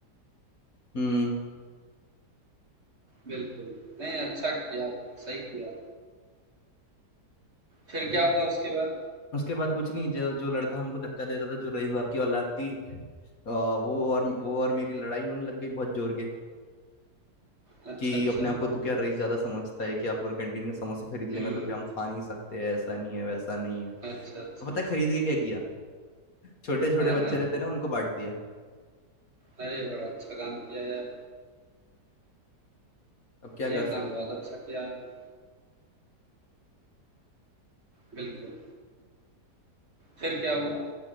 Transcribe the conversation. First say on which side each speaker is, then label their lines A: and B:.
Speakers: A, on the left; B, on the right.
A: हम्म
B: बिल्कुल। नहीं, अच्छा किया आपने, सही किया। फिर क्या हुआ उसके बाद?
A: उसके बाद कुछ नहीं जो जो लड़का हमको धक्का देता था जो रईस बाप की औलाद थी अ, वो और वो और मेरी लड़ाई होने लग गई बहुत जोर के
B: अच्छा,
A: कि
B: अच्छा।
A: अपने आप को तू क्या रईस ज्यादा समझता है कि आप पूरे कैंटीन का समोसे खरीद लेंगे
B: हुँ।
A: तो क्या हम खा नहीं सकते ऐसा नहीं है वैसा नहीं है
B: अच्छा,
A: अब
B: अच्छा।
A: पता है खरीद के क्या किया छोटे छोटे
B: हाँ,
A: बच्चे
B: हाँ।
A: रहते ना उनको बांट दिया
B: अरे! बड़ा अच्छा काम किया यार।
A: अब क्या
B: ये
A: कर
B: काम
A: सकते
B: बहुत
A: हैं
B: अच्छा किया आपने। बिल्कुल। फिर क्या हुआ?